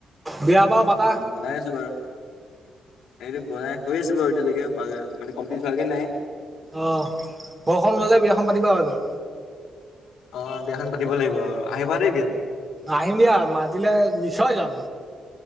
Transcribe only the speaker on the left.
আহ বনাই আছো বাৰু সেইটো বনাই হৈ আছো বাৰু এতিয়ালৈকে হ মানে কমপ্লিট হোৱাগে নাই
অ বিয়াখন পাতিব লাগিব আৰু আহিবা দেই বিয়াত